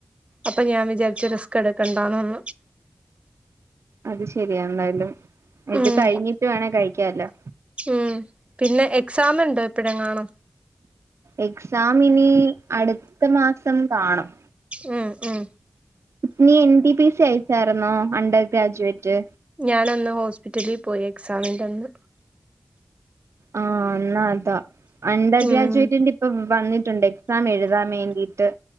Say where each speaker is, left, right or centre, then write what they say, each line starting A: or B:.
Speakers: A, on the right (about 25°); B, on the right (about 65°).
A: അപ്പൊ ഞാൻ വിചാരിച്ച് റിസ്ക് എടുക്കണ്ടാന്ന്
B: അത് ശരിയാ എന്തായാലും ഇത്
A: ഉം
B: കഴിഞ്ഞിട്ട് വേണെ കഴിക്കാല്ലൊ
A: ഉം പിന്നെ എക്സാമുണ്ടോ ഇപ്പഴെങ്ങാനും
B: എക്സാം ഇനി അടുത്ത മാസം കാണും
A: ഉം ഉം
B: നീ എൻ ഡീ ബീ എസ്സി അയച്ചാരുന്നൊ അണ്ടർ ഗ്രാജുവേറ്റ്
A: ഞാൻ അന്ന് ഹോസ്പിറ്റലിൽ പോയി എക്സാമിന്റെ അന്ന്
B: ആഹ് എന്നാ അതാ അണ്ടർ
A: ഉം
B: ഗ്രാജുവേറ്റിന്റെ ഇപ്പ വന്നിട്ടുണ്ട് എക്സാം എഴുതാൻ വേണ്ടീട്ട്